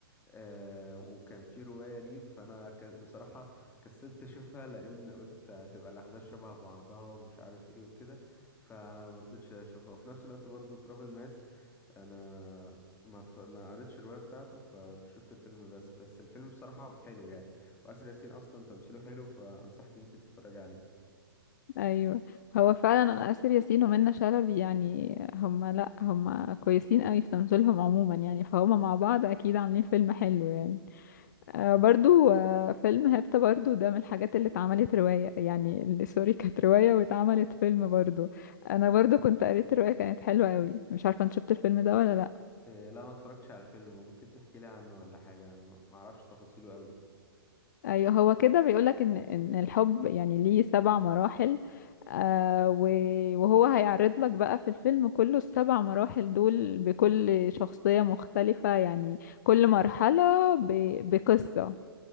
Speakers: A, on the left (about 15°); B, on the left (about 45°).
A: آه وكان في رواية ليه فأنا ك... بصراحة كسلت أشوفها لأن قلت هتبقى الأحداث شبه بعضها ومش عارف إيه وكده فأنا مرضتش أشوفها وفي نفس الوقت برضو تراب الماس أنا ما تف... ما قريتش الرواية بتاعته فشفت الفيلم بس بس الفيلم بصراحة حلو يعني وآسر ياسين أصلا تمثيله حلو فأنصحك أنت تتفرجي عليه
B: ايوه هو فعلا انا آسر ياسين ومنى شلبي يعني هما لا هما كويسين قوي في تمثيلهم عموما يعني فهما مع بعض اكيد عاملين فيلم حلو يعني آه، برضو آه، فيلم هيبتا برضو ده من الحاجات اللي اتعملت رواية يعني اللي سوري كانت رواية واتعملت فيلم برضو انا برضو كنت قريت رواية كانت حلوة قوي مش عارفة انت شفت الفيلم ده ولا لا
A: آه لا ما اتفرجتش على الفيلم ممكن تحكي لي عنه ولا حاجة أنا ما ما أعرفش تفاصيله أوي
B: ايوه هو كده بيقولك ان ان الحب يعني ليه سبع مراحل آه و- وهو هيعرض لك بقى في الفيلم كله السبع مراحل دول بكل شخصية مختلفة يعني كل مرحلة ب- بقصة